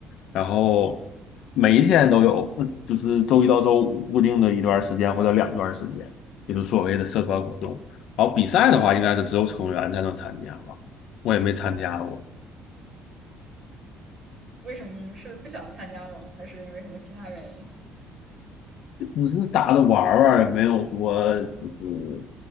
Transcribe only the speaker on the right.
为什么是不想参加吗？还是因为什么其他原因？